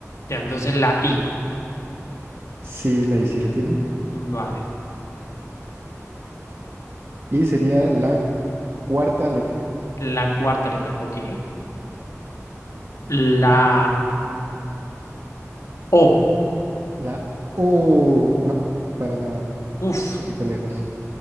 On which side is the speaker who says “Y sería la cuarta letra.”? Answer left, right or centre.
Right